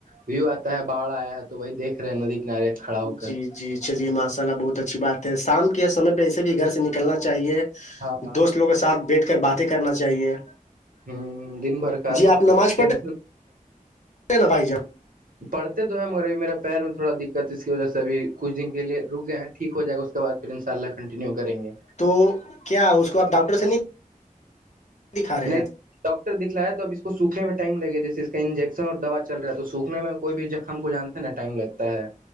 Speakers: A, on the right; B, on the left.
A: ویو آتا ہے باھ آیا ہے تو وہی دیکھ رہے ہیں ندی کنارے کھڑا ہو کر
B: جی جی چلیے ماشاء اللہ بہت اچھی بات ہے شام کے سمے پہ ایسے بھی گھر سے نکلنا چاہیے
A: ہاں ہاں
B: دوست لوگ کے ساتھ بیٹھ کر باتیں کرنا چاہیے
A: ہ دن بھر کا
B: جی آپ نماز
A: ٹن
B: پڑھ رہے ہیں نا بھائی جان
A: پڑتے تو ہے مگرب میرے پیر میں تھوڑا دکھ اس کی وجہ سے بھی کچھ دن کے لیے رک گئے ہیں ٹھیک ہو جائے گا اس کے بعد پھر انشاء اللہ کنٹینیو کریں گے
B: تو کیا اس کو آپ ڈاکٹر سے نہیں دکھا رہے
A: نہیں
B: ہیں
A: ڈاکٹر دکھیا ہے تو اب اس کو سوکھنے میںٹائم لگے جیسے اس کا انجیکشن اور دوا چل رہا ہے تو سونے میں کوئی بھی ہم کو جانتے ہیں نا ٹائم لگتا ہے